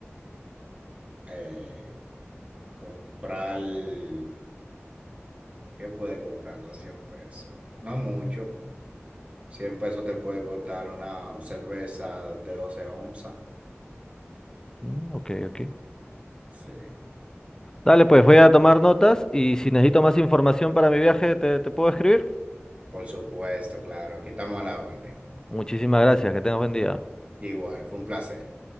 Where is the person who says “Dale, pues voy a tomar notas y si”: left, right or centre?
Left